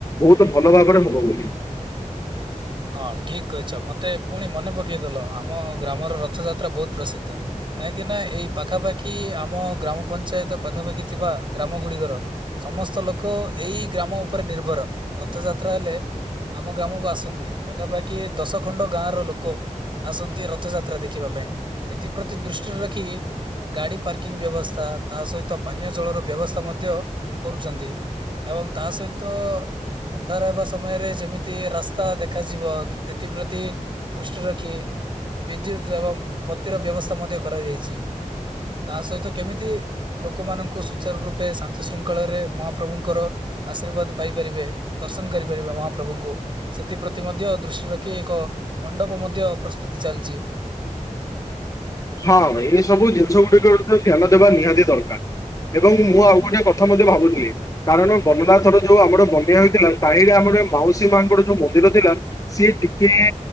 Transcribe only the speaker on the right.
ହଁ ଠିକ କହିଛ ମତେ ପୁଣି ମନେ ପକେଇଦଲ ଆମ ଗ୍ରାମର ରଥଯାତ୍ରା ବହୁତ ପ୍ରସିଦ୍ଧ। କାହିଁକି ନା ଏଇ ପାଖାପାଖି ଆମ ଗ୍ରାମ ପଞ୍ଚାୟତ ପାଖାପାଖି ଥିବା ଗ୍ରାମ ଗୁଡିକର ସମସ୍ତ ଲୋକ ଏଇ ଗ୍ରାମ ଉପରେ ନିର୍ଭର ରଥଯାତ୍ରା ହେଲେ ଆମ ଗ୍ରାମକୁ ଆସନ୍ତି ପାଖାପାଖି ଦଶ ଖଣ୍ଡ ଗାଁ ର ଲୋକ ଆସନ୍ତି ରଥଯାତ୍ରା ଦେଖିବା ପାଇଁ ଏଥିପ୍ରତି ଦୃଷ୍ଟିରେ ରଖିକି ଗାଡି ପାର୍କିଂ ବ୍ୟବସ୍ଥା ତା ସହିତ ପାନୀୟ ଜଳର ବ୍ୟବସ୍ଥା ମଧ୍ୟ କରୁଛନ୍ତି। ଏବଂ ତା ସହିତ ଅନ୍ଧାର ହେବା ସମୟରେ ଯେମିତି ରାସ୍ତା ଦେଖ ଦେଖାଯିବ ଏଥିପ୍ରତି ଦୃଷ୍ଟି ରଖି ବିଦ୍ୟୁତ ଏବଂ ବତିର ବ୍ୟବସ୍ଥା ମଧ୍ୟ କରାଯାଇଛି। ତା ସହିତ କେମିତି ଲୋକମାନଙ୍କୁ ସୁଚାର ରୂପେ ଶାନ୍ତି ଶୃଙ୍ଖଳରେ ମହାପ୍ରଭୁଙ୍କର ଆଶୀର୍ବାଦ ପାଇପାରିବେ ଦର୍ଶନ କରିପାରିବେ ମହାପ୍ରଭୁଙ୍କୁ ସେ ଏଥିପ୍ରତି ମଧ୍ୟ ଦୃଷ୍ଟିରେ ରଖି ଏକ ମଣ୍ଡପ ମଧ୍ୟ ପ୍ରସ୍ତୁତ ଚାଲିଛି।